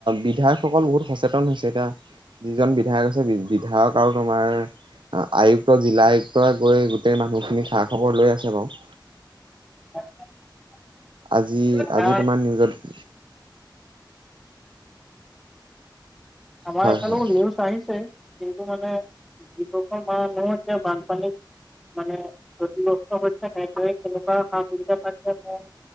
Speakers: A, on the right (about 80°); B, in the centre.
A: বিধায়কসকল বহুত সচেতন হৈছে এতিয়া- যিজন বিধায়ক আছে বিধায়ক আৰু তোমাৰ- আয়ুক্ত জিলা আয়ুক্তই গৈ গোটেই মানুহখিনি খা খবৰ লৈ আছে বাৰু-
B: <unintelligible>
A: আজি
B: আমাৰ
A: আজি তোমাৰ নিউজত-
B: আমাৰ
A: হয়
B: এইফালেও
A: হয়
B: নিউজ- আহিছে কিন্তু মানে যিখন মানুহ এতিয়া বানপানীত- মানে ক্ষতিগ্ৰস্ত হৈছে তেনেকুৱা সা সুবিধা পাইছে নে নাই-